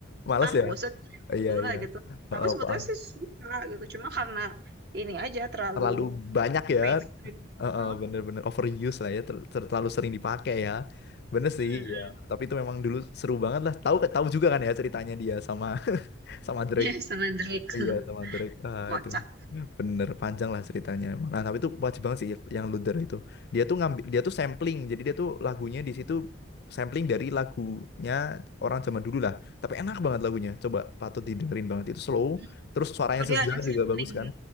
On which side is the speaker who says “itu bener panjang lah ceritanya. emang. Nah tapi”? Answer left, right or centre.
Left